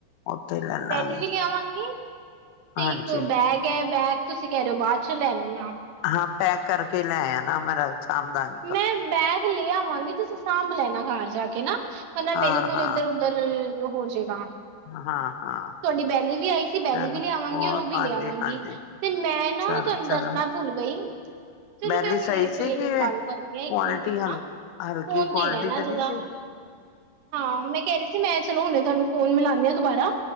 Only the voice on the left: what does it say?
ਉੱਥੇ ਲੈ ਲਾਂਗੇ
ਹਾਂਜੀ
ਹਾਂ ਪੈਕ ਕਰਕੇ ਲੈ ਆਨਾ ਮੇਰਾ ਸਾਮਾਨ।
ਹਾਂ
ਹਾਂ
ਹਾਂ। ਹਾਂ
ਚੱਲ
ਹੋਰ
ਹਾਂਜੀ
ਹਾਂਜੀ
ਚੱਲ
ਚਲੋ
ਬੈਲੀ
ਸਹੀ
ਸੀ ਕਿ
ਕੁਆਲਿਟੀ
ਹਲ
ਹਲਕੀ
ਕੁਆਲਿਟੀ
ਤਾਂ
ਨਹੀਂ ਸੀ